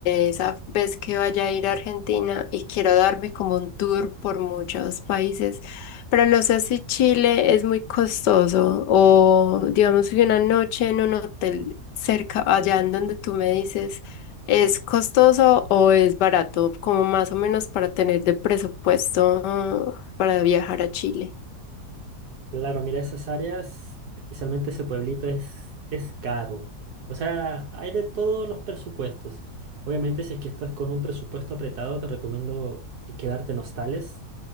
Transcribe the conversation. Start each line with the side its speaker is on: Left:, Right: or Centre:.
Left: eh, esa vez que vaya a ir a Argentina y quiero darme como un tour por muchos países, pero no sé si Chile es muy costoso o digamos que una noche en un hotel cerca, allá en donde tú me dices, ¿es costoso o es barato? Como más o menos para tener de presupuesto ah, para viajar a Chile.
Right: Claro, mira, esas áreas, especialmente ese pueblito, es, es caro. O sea, hay de todos los presupuestos. Obviamente, si es que estás con un presupuesto apretado, te recomiendo quedarte en hostales.